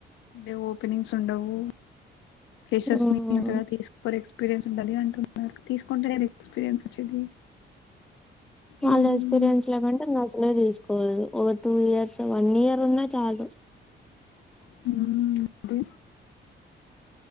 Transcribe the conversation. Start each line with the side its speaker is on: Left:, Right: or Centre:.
Left: అంటే ఓపెనింగ్స్ ఉండవు ఫ్రెషర్స్
Centre: హ్మ్
Left: నీ అంతగా తీసుకోరు ఎక్స్పీరియన్స్ ఉండాలి అంటున్నారు తీసుకుంటెనే ఎక్స్పీరియన్స్ వచ్చేది
Centre: వాళ్ళ
Left: మ్మ్.
Centre: ఎక్స్పీరియన్స్ లేకుంటే ఇంకా అసలే తీసుకోవాలదు ఒక టూ ఇయర్స్ వన్ ఇయర్ ఉన్నా చాలు
Left: ఉ అంతే